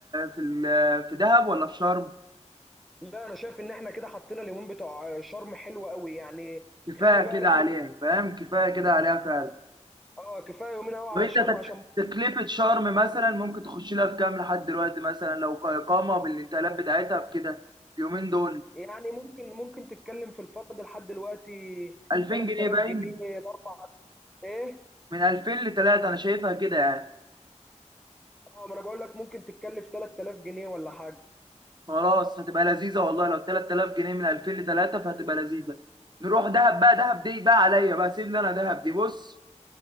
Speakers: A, on the right; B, in the centre.
A: في ال في دهب ولا في شرم
B: لا انا شايف ان احنا كده حطينا اليومين بتوع شرم حلوة قوي يعني
A: كفاية
B: خلي بقى
A: كده
B: رحله
A: عليها فاهم كفاية كده عليها فعلا
B: اه كفايه يومين قوي على
A: وانت
B: شرم
A: تك-
B: عشان
A: تكلفة شرم مثلا ممكن تخش لها في كام لحد دلوقتي مثلا لو كإقامة بالانتقالات بتاعتها بكده اليومين دول
B: يعني ممكن ممكن تتكلم في الفرد لحد دلوقتي
A: 2000
B: 3000
A: جنيه باين
B: جنيه الاربع ايه
A: من 2000 ل 3 انا شايفها كده يعني
B: اه ما انا بقول لك ممكن تتكلف 3000 جنيه ولا حاجه
A: خلاص هتبقى لذيذة والله لو 3000 جنيه من 2000 ل 3 فهتبقى لذيذة نروح دهب بقى دهب دي بقى عليا بقى سيب لي انا دهب دي بص